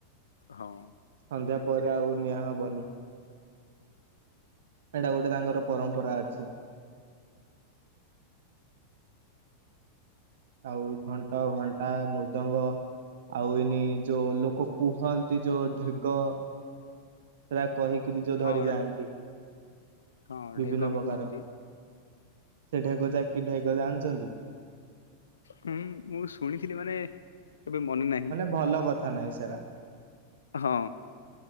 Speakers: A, on the left (about 70°); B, on the right (about 55°).
A: ହଁ
B: ସନ୍ଧ୍ୟା ପରେ ଆଉ ନିଆଁ ହବନି ଏଇଟା ଗୋଟେ ତାଙ୍କର ପରମ୍ପରା ଅଛି। ଆଉ ଘଣ୍ଟ ଘଣ୍ଟା ମୃଦଙ୍ଗ ଆଉ ଏନି ଯୋଉ ଲୋକ କୁହ ଏ ଯୋଉ ଢେଗ ସେଇଟା କହିକି ଯୋଉ ନିଜ
A: ହଁ
B: ଧରି ଯାଆନ୍ତି
A: ହଁ
B: ବିଭିନ୍ନ
A: ଢେଗ ବି
B: ପ୍ରକାର
A: କୁହନ୍ତି।
B: ସେ ଢେଗ ଯାଇକି ଢେଗ ଜାଣିଛନ୍ତି?
A: ହୁଁ ମୁଁ ଶୁଣିଥିଲି ମାନେ କେବେ ମନେ ନାହିଁ।
B: ମାନେ ଭଲ କଥା ନାହିଁ ସେଇଡା।
A: ହଁ।